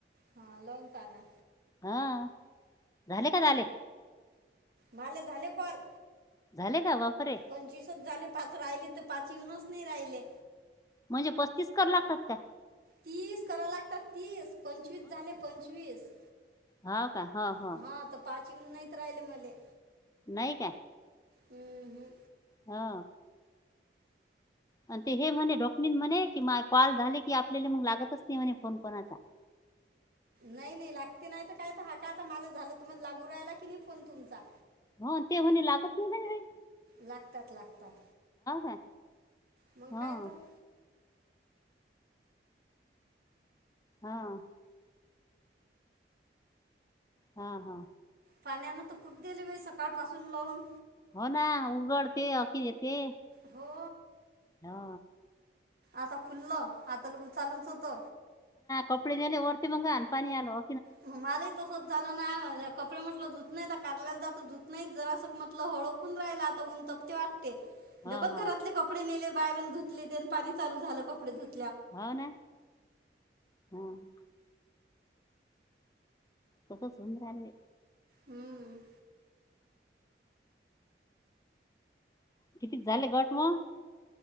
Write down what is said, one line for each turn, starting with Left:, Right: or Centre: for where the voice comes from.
Right: हा लवून पाना.
Left: हा, झाले का झाले.
Right: मला झाले कॉल,
Left: झाले का बापरे
Right: पंचवीसच झाले पाच राहिलेत. पाच येऊनच नाही राहिले.
Left: म्हणजे पस्तीस कर लागतात का?
Right: तीस कराव लागतात तीस, पंचवीस झाले पंचवीस.
Left: हाव का हाव, हाव.
Right: हा <unintelligible> नाहीत राहिले मले.
Left: नाही का?
Right: हम्म हम्.
Left: हा. आणि ते हे म्हणे डॉकनीन म्हणे कि कॉल झाले की आपल्याला मग लागतच नाही म्हणे फोन कोणाला. <inaudible>
Right: नाही नाही लागते नाही तर काय हका आता मला झालं तुम लागू राहिला कि नाही फोन तुमचा.
Left: हो ते होणे लागत नाही म्हणज रे.
Right: लागतात, लागतात,
Left: का
Right: मग
Left: हो
Right: काय त. <inaudible>
Left: हा. हा हा.
Right: पाण्याना तर खूप दिली बाई सकाळ पासून लावून.
Left: हो ना उघडते अखिर येते.
Right: हो
Left: हो
Right: आता खुल्ल आता ल चालूच होत.
Left: कपड मे ओरती मंग <unintelligible> पणी आलो.
Right: मलाही तसच झालं नाही माझ कपडे म्हटलं दुत त नाही काढलेला जातं दूत नाही जरासं म्हटलं हळकून राहिला आता उन तपते वा
Left: हो
Right: डबल
Left: हो
Right: घरातले कपडे नेले बाहेरून धुतले पाणी चालू झालं कपडे ुत
Left: हो ना हम कसं सुंदर रे
Right: हम्म
Left: कितीच झाले गट मग